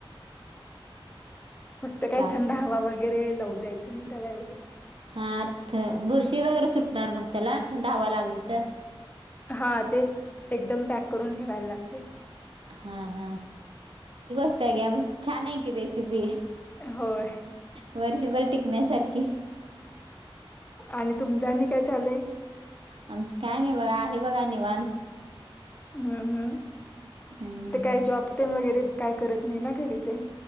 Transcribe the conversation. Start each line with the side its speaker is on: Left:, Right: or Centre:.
Left: <unintelligible> फक्त काही
Right: चालते
Left: थंड हवा वगैरे लावू द्यायचं नाही, त्याला एवढंच.
Right: हा बुरशी वगैरे सुटणार मग त्याला थंडावा लागली तर,
Left: हा तेच एकदम पॅक करून ठेवायला लागते.
Right: हा हा <unintelligible> छान! आहे, की रेसिपी
Left: होय
Right: वर्षभर टिक शण्यासारखे.
Left: आणि तुमच आणि काय चालय?
Right: आम काय नाही बघा आहे बघा निवांत.
Left: हम हम
Right: हम्म
Left: ते काय जॉब तेन वगैरे काय करत नाही ना, घरीचं आहे?